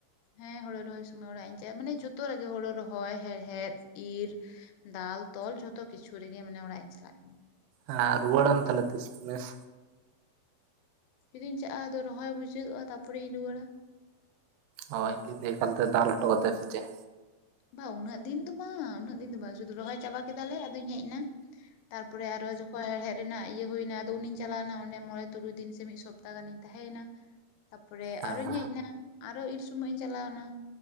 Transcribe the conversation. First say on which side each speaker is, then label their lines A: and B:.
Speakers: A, on the left; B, on the right.
A: ᱦᱮᱸ ᱦᱳᱲᱳ ᱨᱚᱦᱚᱭ ᱥᱚᱢᱚᱭ ᱚᱲᱟᱜ ᱤᱧ ᱪᱟᱞᱼᱟ ᱢᱟᱱᱮ ᱡᱷᱚᱛᱚ ᱨᱮᱜᱮ ᱦᱳᱲᱩ ᱨᱚᱦᱚᱭ ᱦᱮᱲᱦᱮᱫ ᱤᱨ ᱫᱟᱞ ᱛᱚᱞ ᱡᱷᱚᱛᱚ ᱠᱤᱪᱷᱩ ᱨᱮᱜᱮ ᱢᱟᱱᱮ ᱚᱲᱟᱜ ᱤᱧ ᱪᱟᱞᱟᱜ
B: ᱟᱸ ᱨᱩᱣᱟᱹᱲᱟᱢ ᱛᱟᱦᱚᱞᱮ ᱛᱤᱥ ᱢᱮᱥ?
A: ᱡᱩᱫᱤᱧ ᱪᱟ ᱟ ᱟᱫᱚ ᱨᱚᱦᱚᱭ ᱢᱩᱪᱟᱹᱫᱚᱜᱼᱟ ᱛᱟᱯᱚᱨᱮᱧ ᱨᱩᱣᱟᱹᱲᱟ
B: ᱦᱚᱭ ᱡᱩᱫᱤ ᱮᱠᱟᱞ ᱛᱮ ᱫᱟᱞ ᱦᱚᱴ ᱠᱟᱛᱮ ᱥᱮᱪᱮᱜ?
A: ᱵᱟᱝ ᱩᱱᱟᱹᱜ ᱫᱤᱱ ᱫᱚ ᱵᱟᱝ ᱩᱱᱟᱹᱜ ᱫᱤᱱ ᱫᱚ ᱵᱟᱝ ᱥᱩᱫᱩ ᱨᱚᱦᱚᱭ ᱪᱟᱵᱟ ᱠᱮᱫᱟᱞᱮ ᱟᱫᱚᱧ ᱦᱮᱡ ᱱᱟ ᱛᱟᱨᱯᱚᱨᱮ ᱟᱨᱚ ᱡᱚᱠᱷᱚᱡ ᱦᱮᱲᱦᱮᱫ ᱨᱮᱱᱟᱜ ᱤᱭᱟᱹ ᱦᱩᱭᱱᱟ ᱟᱫᱚ ᱩᱱᱤᱧ ᱪᱟᱞᱟᱣᱱᱟ ᱚᱸᱰᱮ ᱢᱚᱬᱮ ᱛᱩᱨᱩᱭ ᱫᱤᱱ ᱥᱮ ᱢᱤᱫ ᱥᱚᱯᱛᱟ ᱜᱟᱱᱤᱧ ᱛᱟᱦᱮᱸᱭᱱᱟ ᱛᱟ ᱯᱚᱨᱮ
B: ᱦᱮᱸ
A: ᱟᱨᱚᱧ ᱦᱮᱡ ᱱᱟ ᱟᱨᱚ ᱤᱨ ᱥᱚᱢᱚᱭ ᱤᱧ ᱪᱟᱞᱟᱣᱱᱟ